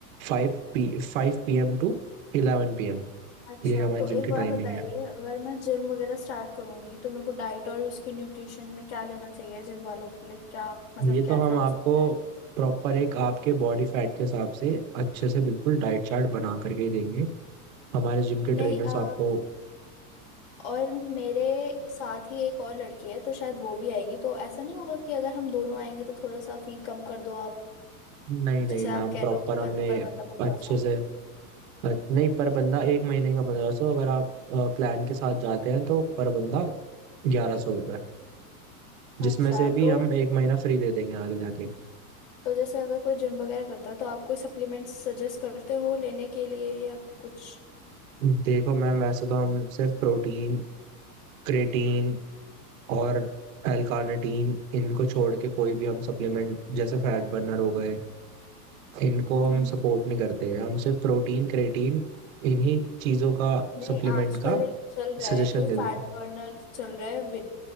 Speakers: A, on the right (about 60°); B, on the left (about 60°).
A: five P five P M to eleven P M
B: अच्छा
A: ये हमारे
B: तो
A: जिम
B: एक
A: की
B: बार
A: टाइमिंग
B: बताइए
A: है
B: अगर मैं जिम वगैरह स्टार्ट करूंगी तो मेरे को डाइट और उसके न्यूट्रिशन में क्या लेना चाहिए जिम वालों के लिए क्या मतलब
A: ये तो
B: कैसा
A: हम
B: हो
A: आपको
B: सकता है
A: प्रॉपर एक आपके बॉडी फैट के हिसाब से अच्छे से बिल्कुल डाइट चार्ट बना करके ही देंगे हमारे जिम के ट्रेनर्स
B: नहीं अ,
A: आपको
B: और मेरे साथ ही एक और लड़की है तो शायद वो भी आएगी तो ऐसा नहीं होगा कि अगर हम दोनों आएंगे तो थोड़ा सा फी कम कर दो आप
A: नहीं नहीं
B: जैसे
A: मैम
B: आप कह
A: प्रॉपर
B: रहे हो कि
A: हमने
B: पर, पर बंदा पंद्रह
A: अच्छे
B: सौ
A: से नहीं पर बंदा एक महीने का पंद्रह सौ अगर आप प्लान के साथ जाते हैं तो पर बंदा ग्यारह सौ रुपये जिसमें
B: अच्छा
A: से भी
B: तो
A: हम एक महीना फ्री दे देंगे आगे जाके
B: तो जैसे अगर कोई जिम वगैरह करता है तो आप कोई सप्लीमेंट्स सजेस्ट करते हो लेने के लिए या कुछ
A: देखो मैम वैसे तो हम सिर्फ प्रोटीन क्रेटीन और एल कार्निटीन इनको छोड़ के कोई भी हम सप्लीमेंट जैसे फैट बर्नर हो गए इनको
B: हम्म।
A: हम सपोर्ट नहीं करते हम सिर्फ प्रोटीन क्रेटीन इन्हीं चीजों का
B: नहीं
A: सप्लीमेंट
B: आजकल
A: का
B: एक चल रहा
A: सजेशन
B: है कोई
A: देते
B: फैट
A: हैं
B: बर्नर चल रहा है वि, अ,